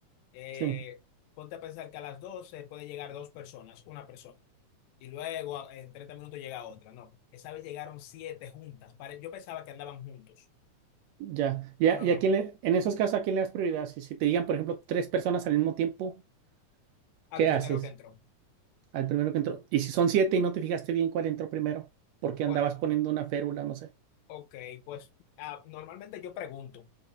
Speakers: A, on the left; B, on the right.
A: eh,
B: sí,
A: ponte a pensar que a las 12 puede llegar dos personas, una persona, y luego a- en 30 minutos llega otra. No, esa vez llegaron siete juntas. Pare- Yo pensaba que andaban juntos,
B: ya, ya,
A: pero
B: y
A: no,
B: a quién le, en esos casos, ¿a quién le das prioridad? Si, si te digan, por ejemplo, tres personas al mismo tiempo,
A: al
B: ¿qué
A: primero
B: haces?
A: que entró.
B: Al primero que entró, y si son siete y no te fijaste bien cuál entró primero, porque
A: Bueno,
B: andabas poniendo una férula, no sé,
A: ok, pues ah, normalmente yo pregunto.